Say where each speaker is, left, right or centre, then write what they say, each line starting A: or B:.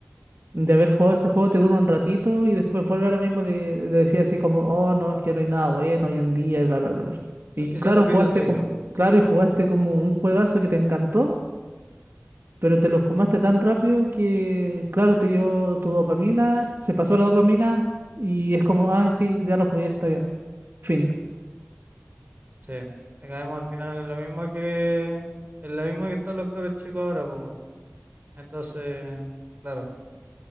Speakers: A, on the right; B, on the right.
A: de haber jugado ese juego, te dura un ratito y después vuelve a lo mismo de, de decir así como, oh no, es que no hay nada bueno hoy en día y bla bla bla. bla". Y
B: Y
A: claro,
B: se repite
A: jugaste
B: el siglo.
A: con, claro, y jugaste
B: <laughs>
A: como un juegazo que te encantó, pero te lo fumaste tan rápido que, claro, te dio tu dopamina, se pasó la dopamina y es como, ay sí, ya lo jugué, está bien. Fin.
B: Sí, acabemos al final en lo mismo que en lo mismo que están los cabros chicos ahora, pues. weón. Entonces, claro,